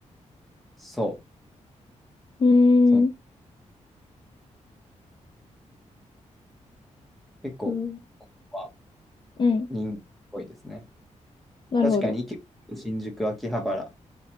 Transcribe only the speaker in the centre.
そう。
その結構、
ここは
人気っぽいですね。
確かに、池新宿、秋葉原